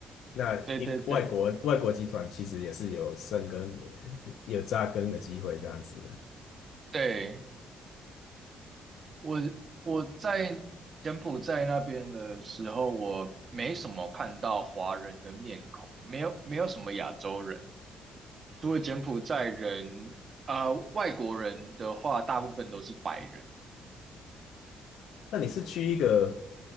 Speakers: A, on the left; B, on the right.
A: 那一外国外国集团其实也是有生根、
B: 对对对
A: 有扎根的机会这样子的。
B: 对。我我在柬埔寨那边的时候，我没什么看到华人的面孔，没有没有什么亚洲人，除了柬埔寨人，呃，外国人的话，大部分都是白人。
A: 那你是去一个